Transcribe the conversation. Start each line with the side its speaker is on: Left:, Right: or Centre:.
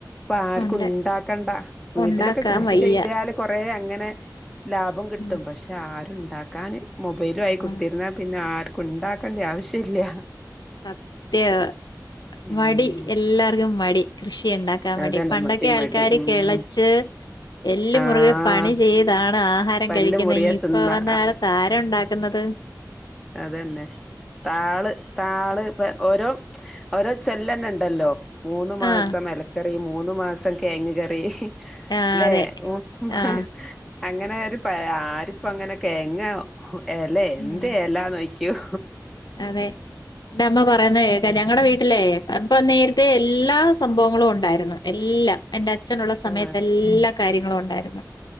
Centre: ഇപ്പ ആർക്കും
Left: ഉണ്ട്
Centre: ഉണ്ടാക്കണ്ട വീട്ടിലൊക്കെ
Left: ഉണ്ടാക്കാൻ
Centre: കൃഷി
Left: വയ്യ
Centre: ചെയ്താല് കൊറേ അങ്ങനെ ലാഭം കിട്ടും
Left: ഉം
Centre: പക്ഷെ ആരു ഇണ്ടാക്കാന് മൊബൈലു ആയി കുത്തിര്ന്നാ
Left: ആഹ്
Centre: പിന്നെ ആർക്കും ഇണ്ടാക്കണ്ട്യെ ആവശ്യംല്ല്യാ
Left: സത്യാണ്
Centre: ഉം
Left: മടി എല്ലാർക്കും മടി കൃഷി ഇണ്ടാ ക്കൻ മടി
Centre: അതന്നെ
Left: പണ്ടൊക്കെ ആൾക്കാര്
Centre: മടി ഉം
Left: കെളച്ച് എല്ല്
Centre: ആഹ്
Left: മുറ്കെ പണി ചെയ്താണ് ആഹാ രം
Centre: പല്ല്
Left: കഴിക്ക്യുന്നെ
Centre: മുറിയ
Left: ഈ ഇപ്പ
Centre: തിന്ന
Left: വന്ന കാലത്ത് ആരാ ഉണ്ടാക്കുന്നത്
Centre: അത് തന്നെ താള് താള് ഇപെ ഓരോ ഓരോ ചൊല്ലെന്നെ ഇണ്ടല്ലോ മൂന്ന് മാസം
Left: ആഹ്
Centre: ഇലക്കറി മൂന്ന മാസം കിഴങ്ങ് കറി
Left: ആഹ്
Centre: ല്ലേ
Left: അതെ
Centre: ഉം <unintelligible>
Left: ആഹ്
Centre: അങ്ങനെ ഒരു പഴ ആര്പ്പൊ അങ്ങനെ കെഴങ്ങ് എലെ എന്ത്
Left: ഉം
Centre: ആന്നോയ്ക്ക്യും
Left: അതെ ന്റെ അമ്മ പറയുന്നത് കേക്കം എന്റെ അ ഞങ്ങളടെ വീട്ടിലേ അപ്പൊ നേരത്തെ എല്ലാ സംഭവങ്ങളും ഉണ്ടായിരുന്ന് എല്ലാം എന്റെ അച്ഛനുള്ള സമയത്ത്
Centre: ആഹ്
Left: എല്ലാ കാര്യങ്ങളും ഉണ്ടായിരുന്നു